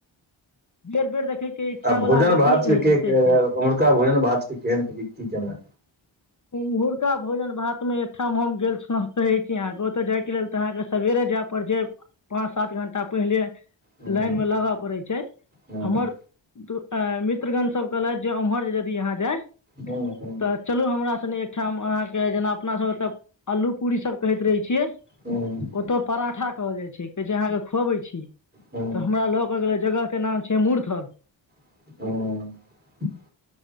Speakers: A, on the left; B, on the right.
A: बेर बेर देखैके इच्छा
B: आ
A: वला
B: भोजन
A: गप
B: -भात
A: नहि कहै
B: के
A: छै से
B: कह,
A: छै
B: उमहरका भोजन -भात के केहन के की, केना?
A: ओम्हुरका भोजन- भात मे, एकठाम हम गेल छलउ, कहै छी, अहाँके ओतऽ जायके लेल तऽ अहाँके सेबेरे, जाय पड़ छै, पाँच सात घं्टा पहिले।
B: हूँ
A: लाइन मे लगय पड़ैत छै,
B: हूँ
A: हमर दू अ मित्रगण सब कहलैथ, जे‌ उम्हर जे यदि यहाँ जाय? तऽ
B: हूँ हूँ
A: चलू हमरा अहाँ के जेना अपना सब एतऽ अलू पूरी सब कहैत रहै छियै?
B: हूँ
A: ओतऽ पराठा कहल जाइ छै। कहै छै अहाँके खुअबै छी।
B: हूँ
A: तऽ हमरा ल' क' गेलथि। जगह के नाम छै मूर्धर।
B: ह